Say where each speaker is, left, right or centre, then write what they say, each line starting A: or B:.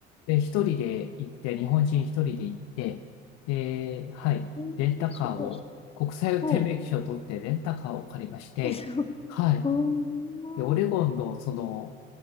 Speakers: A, on the left; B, on the left.
A: ええ。で、一人で行って、日本人一人で行って、で、はい、
B: えー、
A: レンタカーを、
B: そう、
A: 国際運転免許証を取ってレンタカーを借りまして、
B: そう、え、そう、
A: はい、
B: うーん、
A: で、オレゴンの、
B: う
A: その、